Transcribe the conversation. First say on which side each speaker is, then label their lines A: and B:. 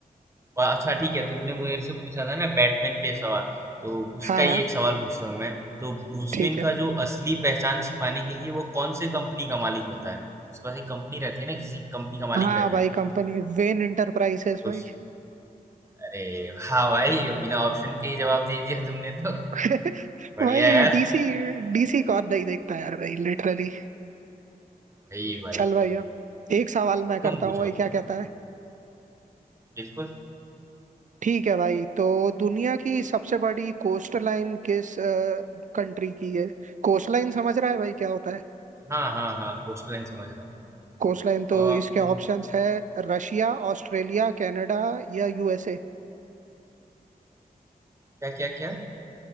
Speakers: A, on the right (about 15°); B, on the right (about 50°).
A: वाह, अच्छा ठीक है तुमने मेरे से पूछा था ना बैटमैन पे सवाल तो उसका
B: हाँ हाँ
A: ही एक सवाल पूछता हूँ मैं तो ब्रूस
B: ठीक
A: वेन
B: है
A: का जो असली पहचान छिपाने के लिए वो कौन से कंपनी का मालिक होता है उसके पास एक कंपनी रहती है ना किसी कंपनी का मालिक
B: हाँ
A: रहता
B: भाई
A: है
B: कंपनी वेन इंटरप्राइजेस भाई
A: उस अरे हाँ भाई बिना ऑप्शन के ही जवाब दे दिया तुमने तो
B: <laughs>
A: बढ़िया
B: भाई
A: यार
B: डीसी डीसी को नहीं देखता यार भाई लिटरली
A: भाई भाई
B: चल भाई अब एक सवाल मैं करता
A: तुम पूछो
B: हूँ भाई क्या कहता है
A: बिल्कुल
B: ठीक है भाई तो दुनिया की सबसे बड़ी कोस्ट लाइन किस कंट्री की है कोस्ट लाइन समझ रहा है भाई क्या होता है
A: हाँ हाँ हाँ कोस्टल लाइन समझ रहा हूँ
B: कोस्ट लाइन तो
A: अ,
B: इसके
A: उम,
B: ऑप्शंस है रशिया ऑस्ट्रेलिया कनाडा या यूएसए
A: क्या क्या क्या